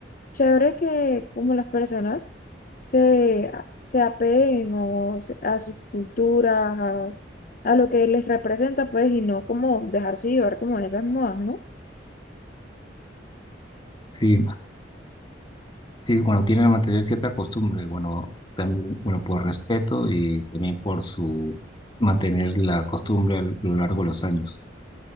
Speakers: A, on the left (about 45°); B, on the left (about 25°).
A: chévere que como las personas se, a- se apeguen o se- a sus culturas, a, a lo que les representa, pues, y no como dejarse llevar como de esas modas, ¿no?
B: Sí, Sí, bueno, tienen que mantener cierta costumbre, bueno, también, bueno, por respeto y también por su mantener la costumbre a lo largo de los años.